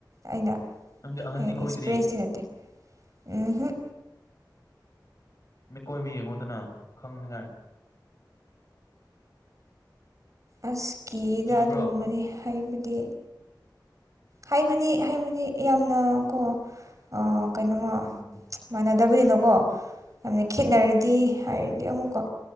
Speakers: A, on the right (about 45°); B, on the left (about 45°).
A: ꯑꯩꯅ
B: ꯅꯪꯗꯤ ꯑꯍꯟꯗꯤ
A: ꯍꯦ
B: ꯀꯣꯏꯗ꯭ꯔꯤ
A: ꯑꯦꯛꯁꯄ꯭ꯔꯦꯟꯁꯇꯤ ꯅꯠꯇꯦ ꯎꯍꯨꯝ
B: ꯃꯤꯀꯣꯏꯕ ꯌꯦꯡꯉꯣꯗꯅꯥ ꯈꯪꯅꯤꯉꯥꯏ
A: ꯑꯁ ꯀꯤꯌꯦꯗꯥ
B: ꯀꯤꯕ꯭ꯔꯣ
A: ꯑꯗꯨꯒꯨꯝꯕꯗꯤ ꯍꯥꯏꯕꯗꯤ ꯍꯥꯏꯕꯗꯤ ꯍꯥꯏꯕꯗꯤ ꯌꯥꯝꯅ ꯀꯣ ꯑꯥ ꯀꯩꯅꯣꯃꯥ
B: ꯎꯝ
A: ꯃꯥꯟꯅꯗꯕꯅꯤꯅꯀꯣ ꯌꯥꯝꯅ ꯈꯦꯠꯅꯔꯗꯤ ꯍꯥꯏꯔꯗꯤ ꯑꯃꯨꯛꯀ